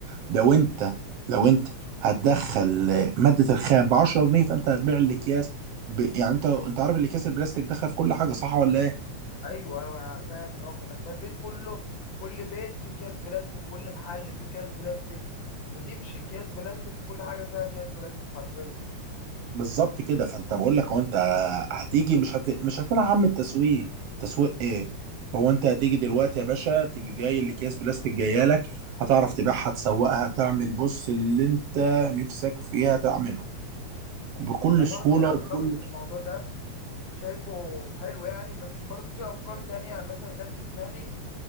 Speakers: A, on the right; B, on the left.
A: ده وانت لو انت هتدخل مادة الخام ب 10 جنيه فانت هتبيع الاكياس ب... يعني انت انت عارف الاكياس البلاستيك داخله في كل حاجه صح ولا إيه؟
B: ايوه ايوه انا فاهم ان هو كده انت البيت كله كل بيت فيه اكياس بلاستيك كل محل فيه اكياس بلاستيك بتمشي اكياس بلاستيك كل حاجه فيها اكياس بلاستيك حرفيا
A: بالظبط كده فانت بقول لك هو انت هتيجي مش هت... مش هتلعب من التسويق تسويق ايه هو انت هتيجي دلوقتي يا باشا تيجي جاي الاكياس بلاستيك جايه لك هتعرف تبيعها تسوقها تعمل بص اللي انت نفسك فيها تعمله بكل
B: انا
A: سهوله
B: برضو فكرت
A: وبكل
B: في الموضوع ده شايفه حلو يعني بس برضو في افكار تانية مثلا جت في دماغي